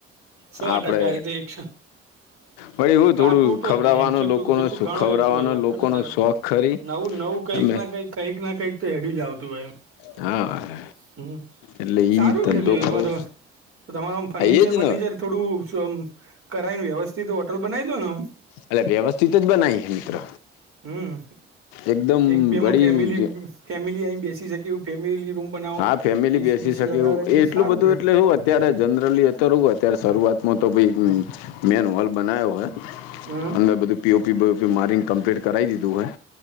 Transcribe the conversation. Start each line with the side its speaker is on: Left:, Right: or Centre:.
Right: સો
Left: આપડે
Right: ટકા એ તો એક
Left: ભાઈ હું થોડું
Right: આ ટોટો
Left: ખભરાવાનું
Right: જ નહી એમ જેટલું
Left: લોકો
Right: જેટલું
Left: ને તો
Right: ગણો
Left: ખવડાવવાનો
Right: એટલું અલગ
Left: લોકોનો
Right: હ ને તારા
Left: શોખ ખરી
Right: નવું નવું કંઈક
Left: અમે
Right: ના કંઈક કઈક ના કંઈક તો એેડી જ આવતું હો એમ.
Left: હા.
Right: હમ
Left: એટલે
Right: સારું
Left: ઈ ધંધો
Right: રતું
Left: કરવો
Right: બધ. તમારું આમ ફર્નિચર
Left: એ જ
Right: બર્નિચર
Left: ને
Right: થોડું. કરાવ ને વ્યવસ્થિત હોટલ બનાવી દો નેમ.
Left: એલે વ્યવસ્થિત જ. બનાવી મિત્ર
Right: હમ
Left: એકદમ
Right: એ એક બેમાં
Left: વળી
Right: ફેમિલી. ફેમિલી આયન બેસી શકે એવુ ફેમિલી. રૂમ બનાવો
Left: હા ફેમિલી
Right: એસી
Left: બેસી
Right: બીસી
Left: શકે
Right: લગાડે
Left: એ
Right: તો
Left: એટલું
Right: સારું
Left: બધું
Right: રે
Left: એટલે શું હત. અત્યારે જનરલી અ તોવું હોય અત્યારે શરૂઆતમાં તો ભ મેન હોલ બના્યો હોય.
Right: હમ.
Left: અંદર બધું પીઓપી બપી મારીિંગ કમ્પ્લીટ કરાવી દીધું હોય